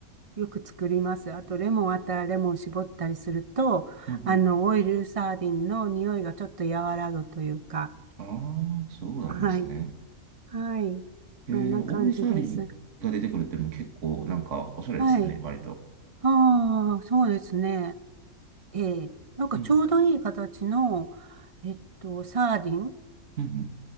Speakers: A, on the right (about 35°); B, on the right (about 55°).
A: よく作ります。あと、レモンあったらレモン絞ったりすると、
B: うん、うん。
A: あの、オイルサーディンの匂いがちょっと和らぐというか、
B: ああー、そうなんですね。
A: はい。はい。
B: えー、
A: そんな感じです。
B: でも、大リサーリンが出てくるっていうのも結構、なんか、おしゃれですね、
A: はい。
B: 割と。
A: ああ、そうですね。ええ。なんかちょうどいい形の、
B: うん、
A: えっと、サーディン
B: うん、うん。